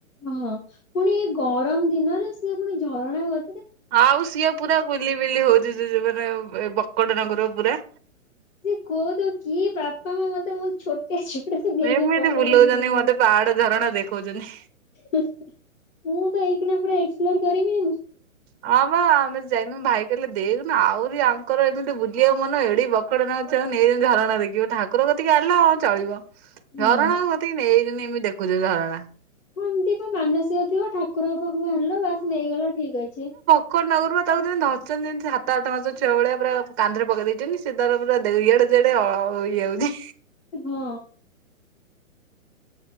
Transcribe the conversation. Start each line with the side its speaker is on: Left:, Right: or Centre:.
Left: ହଁ ପୁଣି ଏ ଗରମ ଦିନରେ ସେ ପୁଣି ଝରଣା କ
Right: ଆଉ ସିଏ ପୁରା ବୁଲି ବିଲି ହଉଛି ସେ ମାନେ ଏ ବକଟେ ନାଗୁରୁ ପୁରା।
Left: ଯେ କୋହୁଥିବ କି ବାପା ମା ମତେ ମୋ ଛୋଟ ଛୁଆଟକୁ ନେଇକି
Right: ଏମିତି
Left: ପଳେଇ
Right: ବୁଲଉଛନ୍ତି
Left: ଆଇଛନ୍ତି ବୁଲିବାକୁ।
Right: ମତେ ପାହାଡ ଝରଣା ଦେଖଉଛନ୍ତି।
Left: ହଁ ମୁଁତ ଏହି କିନା ପୁରା ଏକ୍ସପ୍ଲୋର କରିବି।
Right: ହଁ ବା ଆମେ ଯାଇନୁ ଭାଇ କହିଲେ, ଦେଇଉନ ଆହୁରି ଆଙ୍କର ଏମିତି ବୁଲିବାକୁ ମନ ଏଡିକି ବ ବକେଟ ନାଗୁରୁ ଛୁଆକୁ ନେଇ ଆସିଛନ୍ତି, ଝରଣା ଦେଖିବାକୁ ଠାକୁର କତିକି ଆଣିଲ ହଁ ଚଳିବ।
Left: ହଁ।
Right: ଝରଣା କତିକି ନେଇଛନ୍ତି ଏମିତି ଦେଖୁଛନ୍ତୀ ଝରଣା।
Left: ହଁ ଏମିତି କଣ ମାନସିକ ଥିବ ଠାକୁରଙ୍କ ପାଖକୁ ଆଣିଲ ବାସ ନେଇଗଲ ଠିକ ଅଛି।
Right: ବକେଟ ନାଗୁରୁ ପା ତାକୁ ଧରିଛନ୍ତି ଯେମିତି ସାତ ଆଠ ମାସ ଛୁଆ ଭଳିଆ ପୁରା କାନ୍ଧରେ ପକେଇ ଦେଇଛନ୍ତି ସେ ତାର ପୁରା ଇଆଡ଼େ ସିଆଡେ ଇଏ ହଉଛି।
Left: ହଁ।